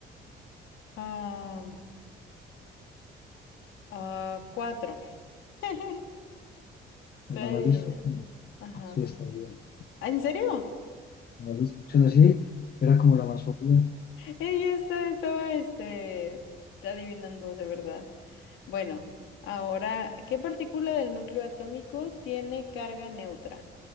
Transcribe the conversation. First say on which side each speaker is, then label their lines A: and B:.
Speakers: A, on the left; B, on the left.
A: Ah, ah, cuatro. <laughs> Estoy
B: El manual
A: adivinando.
B: de instrucciones.
A: Ajá.
B: Sí, está bien. El
A: ¿Ah, ¿En serio?
B: manual de instrucciones, sí. Era como la más obvia.
A: Ella está- estaba este, adivinando de verdad. Bueno, ahora, ¿qué partícula del núcleo atómico tiene carga neutra?